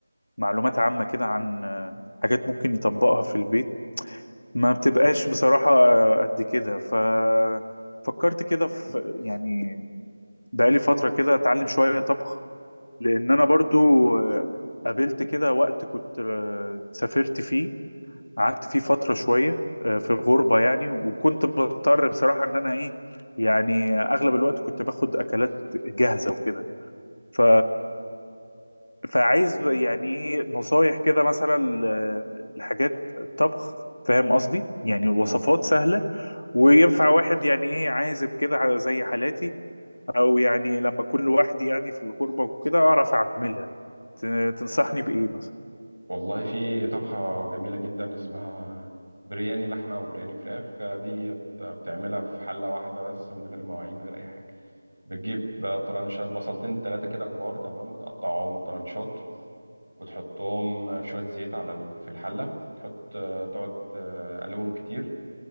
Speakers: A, on the left (about 65°); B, on the right (about 80°).
A: معلومات عامة كده عن حاجات ممكن يطبقها في البيت ما بتبقاش بصراحة قد كده ف فكرت كده في يعني بقالي فترة كده اتعلم شوية طبخ لان انا برضو آه، قابلت كده وقت كنت آه، سافرت فيه قعدت فيه فترة شوية آه، في الغربة يعني وكنت بضطر بصراحة ان انا ايه يعني اغلب الوقت كنت باخد اكلات جاهزة وكده ف... فعايز يعني ايه نصايح كده مثلا ل- لحاجات طبخ فاهم قصدي يعني الوصفات
B: مم.
A: سهلة وينفع واحد يعني ايه عازب كده على- زي حالاتي او يعني لما اكون لوحدي يعني في الغربه وكده اعرف اعملها ت- تنصحني بايه مثلا
B: والله في طبخة جميلة جدا اسمها برياني لحمة وبرياني فراخ آه، دي بت- بتعملها في حلة واحدة بس من غير مواعين من غير أي حاجة بتجيب آه، طرنشات بصلتين تلاتة كده كبار تمام وتقطعهم طرنشات وتحطهم في شوية زيت على ال... في الحلة تحط آه، تقعد آه، تقلبهم كتير